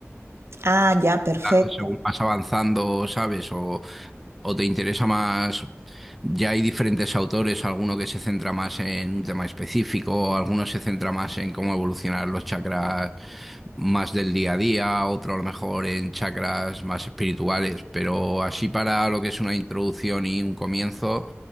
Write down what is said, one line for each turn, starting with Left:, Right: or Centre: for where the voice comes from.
Right: Ah, ya, perfecto.
Centre: Claro, Según vas avanzando, ¿sabes? O o te interesa más, ya hay diferentes autores, alguno que se centra más en un tema específico, alguno se centra más en cómo evolucionar los chakras más del día a día, otro a lo mejor en chakras más espirituales, pero así para lo que es una introducción y un comienzo,